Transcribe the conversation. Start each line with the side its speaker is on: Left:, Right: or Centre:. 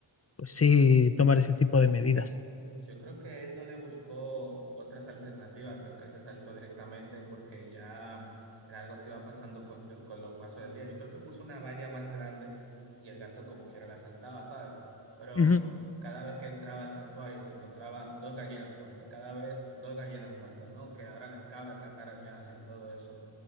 Left: pues sí, tomar ese
Right: Sí.
Left: tipo de medidas.
Right: Yo creo que él no le buscó otras alternativas, creo que se saltó directamente porque ya era algo que iba pasando con, el- con los pasos del día. Yo creo que puso una valla más grande y el gato como quiera la saltaba, ¿sabes? Pero
Left: Ujú.
Right: cada vez que entraba al santuario se encontraba dos gallinas muertas, cada vez dos gallinas muertas, ¿no? Que ahora las cabras están arañadas y todo eso.